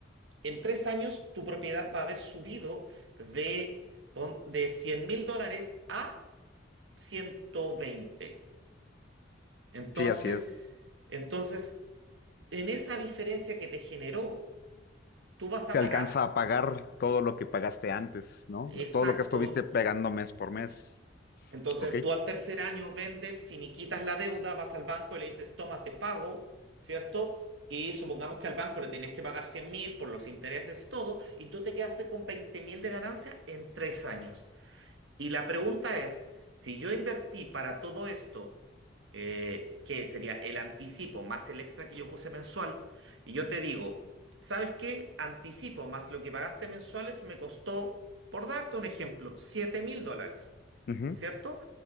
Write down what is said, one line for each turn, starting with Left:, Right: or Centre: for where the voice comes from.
Right: en tres años tu propiedad va a haber subido de, pon- de cien mil dólares a ciento veinte Entonces,
Left: Sí, así es.
Right: entonces, en esa diferencia que te generó, tú vas
Left: Se
Right: a ganar
Left: alcanza a pagar todo lo que pagaste antes, ¿no?
Right: exacto
Left: Todo lo que estuviste pegando mes por mes.
Right: Entonces
Left: Ok.
Right: tú al tercer año vendes, finiquitas la deuda, vas al banco y le dices, toma, te pago, ¿cierto? Y supongamos que al banco le tenías que pagar cien mil por los intereses y todo, y tú te quedaste con veinte mil de ganancia en tres años. Y la pregunta es, si yo invertí para todo esto, eh, que sería el anticipo más el extra que yo puse mensual, y yo te digo, ¿sabes qué? Anticipo más lo que pagaste mensuales me costó, por darte un ejemplo, siete mil dólares,
Left: Ujú.
Right: ¿cierto?